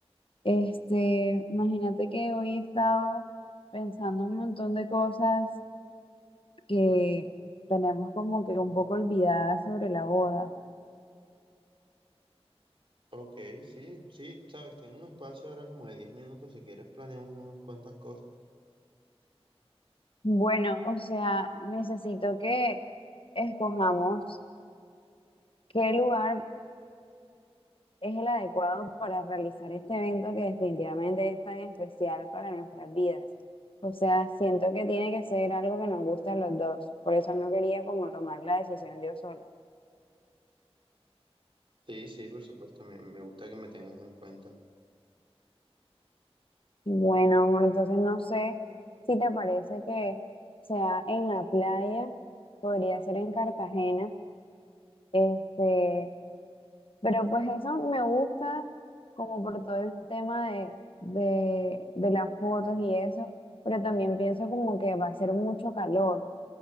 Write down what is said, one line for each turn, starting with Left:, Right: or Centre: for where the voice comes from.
Left: Este, imagínate que hoy he estado pensando un montón de cosas que tenemos como que un poco olvidadas sobre la boda.
Right: Ok, sí, sí, sabes, tengo un espacio ahora como de 10 minutos, si quieres planeamos unas cuantas cosas.
Left: Bueno, o sea, necesito que escojamos qué lugar es el adecuado para realizar este evento que definitivamente es tan especial para nuestras vidas. O sea, siento que tiene que ser algo que nos guste a los dos. Por eso no quería como tomar la decisión yo sola.
Right: Sí, sí, por supuesto, me, me gusta que me tengas en cuenta.
Left: Bueno, amor, entonces no sé si te parece que sea en la playa, podría ser en Cartagena, este, pero pues eso me gusta como por todo el tema de, de, de las fotos y eso, pero también pienso como que va a ser mucho calor.